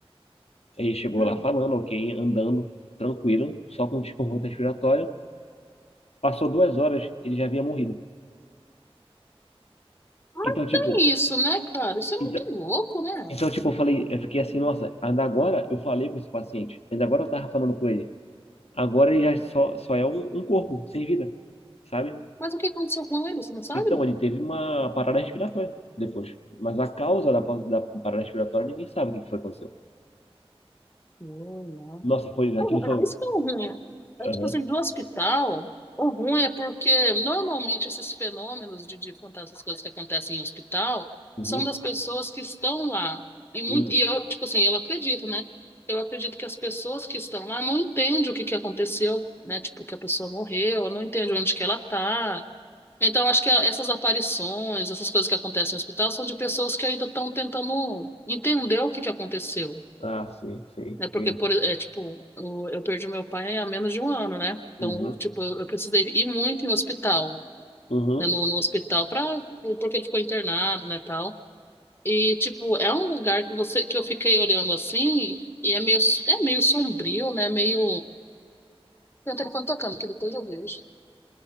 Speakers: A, on the left; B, on the left.
A: Ele chegou
B: Hum.
A: lá falando, ok, andando, tranquilo, só com um desconforto respiratório. Passou duas horas, ele já havia morrido.
B: Mas
A: Então, tipo,
B: Tem isso, né, cara? Isso é muito
A: então,
B: louco, né?
A: então, tipo, eu falei, eu fiquei assim, nossa, ainda agora eu falei com esse paciente, ainda agora eu tava falando com ele. Agora ele já só, só é um, um corpo sem vida, sabe?
B: Mas o que aconteceu com ele? Você não sabe,
A: Então,
B: não?
A: ele teve uma parada respiratória depois. Mas a causa da, pa- da parada respiratória ninguém sabe o que que foi que aconteceu.
B: Não, não.
A: Nossa, foi, aquilo
B: O ru-
A: foi.
B: é, Isso que é o ruim. É
A: Aham.
B: tipo assim, do hospital, o ruim é porque normalmente esses fenômenos de, de fantasmas, essas coisas que acontecem em hospital,
A: Uhum.
B: são das pessoas que estão lá. E, muito,
A: Hum.
B: e eu, tipo assim, eu acredito, né? Eu acredito que as pessoas que estão lá não entendem o que que aconteceu, né? Tipo, que a pessoa morreu, não entende onde que ela tá. Então, acho que a- essas aparições, essas coisas que acontecem no hospital, são de pessoas que ainda estão tentando entender o que que aconteceu
A: Ah, sim, sim,
B: né?
A: entendi.
B: Porque, por, é, tipo, o- eu perdi meu pai há menos de um ano, né? Então,
A: Uhum.
B: tipo, eu, eu precisei ir muito em hospital,
A: Uhum.
B: né? No, no hospital, pra, porque ele ficou internado, né, tal. E, tipo, é um lugar que você, que eu fiquei olhando assim, e é meio, é meio sombrio, né? Meio... Tem o telefone tocando, que depois eu vejo.